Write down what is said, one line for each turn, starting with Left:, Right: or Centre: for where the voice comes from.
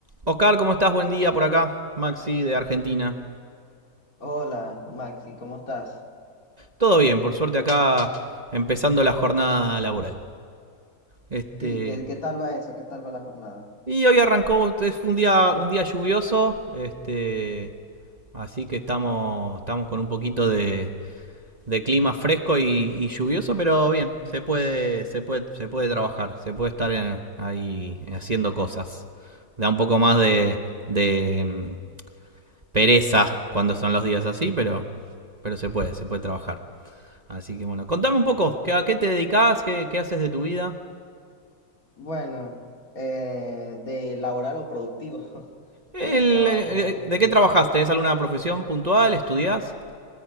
Right: Oscar, ¿cómo estás? Buen día por acá. Maxi de Argentina.
Left: Hola, Maxi, ¿cómo estás?
Right: Todo bien, por suerte acá empezando la jornada laboral. Este,
Left: Sí, ¿qué, qué tal va eso? ¿Qué tal va la jornada?
Right: y hoy arrancó, fue un día, un día lluvioso, este, así que estamos, estamos con un poquito de, de clima fresco y, y lluvioso, pero bien, se puede, se puede, se puede trabajar, se puede estar en- ahí haciendo cosas. Da un poco más de, de mm, pereza cuando son los días así, pero, pero se puede, se puede trabajar. Así que bueno, contame un poco, ¿qué- ¿a qué te dedicas? ¿Qué, qué haces de tu vida?
Left: Bueno, eh, de laboral o productivo, <laughs>
Right: El,
Left: pues trabajo
Right: eh,
Left: en
Right: ¿De qué
Left: un-
Right: trabajas? ¿Tenés alguna profesión puntual? ¿Estudiás?